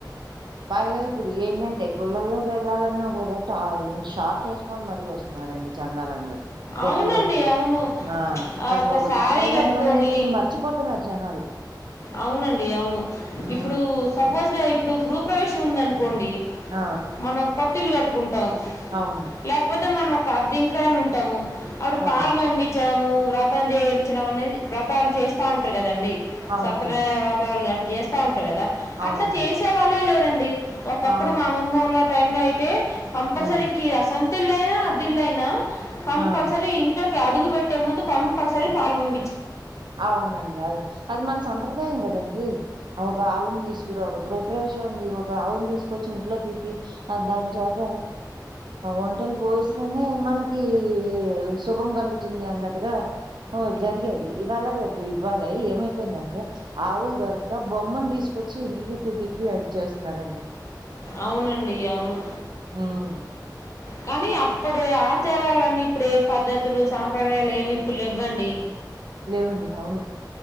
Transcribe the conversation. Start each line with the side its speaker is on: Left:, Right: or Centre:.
Right: పైగా ఇప్పుడు ఏంటంటే గుళ్ళల్లో వెళ్ళాలన్నా కూడా ఆ షార్ట్లు వేసుకొని మరీ వస్తున్నారండి చండాలంగా గుళ్ళల్లో
Left: అవునండి
Right: కూడా.
Left: అవును
Right: ఆ!
Left: ఆ
Right: అసలు
Left: ఒక శారీ
Right: సంప్రదాయం
Left: కట్టుకొని
Right: అనేది మర్చిపోతున్నారు జనాలు.
Left: అవునండి అవును
Right: హ్మ్.
Left: ఇప్పుడు సపోజ్గా మీ గృహ ప్రవేశం ఉందం కోండి
Right: ఆ!
Left: మనం కొత్ ఇల్లు కట్టుకుంటాం
Right: అవును.
Left: లేకపోతే మనం అద్దింట్లోనే ఉంటాము అప్పుడు
Right: అవును.
Left: పాలు పొంగించావ్ వ్రతం చేయించడం అనేది వ్రతాలు చేస్తా ఉంటారు కదండి
Right: అవునవును.
Left: సత్యనారాయణ వ్రతం ఉందండి చేస్తాం కదా అట్లా
Right: అవునండి.
Left: చేసే వాళ్ళే లేరండి ఒకప్పుడు
Right: అవును.
Left: మా అమ్మమ్మూర్లో టైమ్ లో అయితే కంపల్సరికి
Right: హ్మ్.
Left: అసాం తల్లైనా, పిల్లైన పం
Right: ఆ!
Left: సరే సరే ఇంట్లో అడుగు పెట్టే ముందు కంపల్సరీ పాలు పొంగిం
Right: అవునండి అ అది మన సంప్రదాయం కదా దండి ఒక ఆవుని తీసుకురావడం గృహప్రవేశం ఉంది ఒక ఆవుని తీసుకొచ్చి ఇంట్లో తిప్పి దాని చేత ఒంటికి పోయిస్తేనే మనకి శుభం కలుగుతుంది అన్నట్టుగా జరిగేది ఇవ్వాల, రేపు ఇవ్వాల ఏమైపోయిందంటే ఆవులు దొరక్క బొమ్మను తీసుకొచ్చి ఇంటి చుట్టూ తిప్పి అట్ల చేస్తున్నారండి
Left: అవునండి అవును
Right: ఉమ్,
Left: కానీ అప్పుడు ఆచారాలన్నీ ఇప్పుడు ఏం పద్ధతులు, సాంప్రదాయాలు ఏమి ఇప్పుడు లేవండి
Right: లేవండి అవును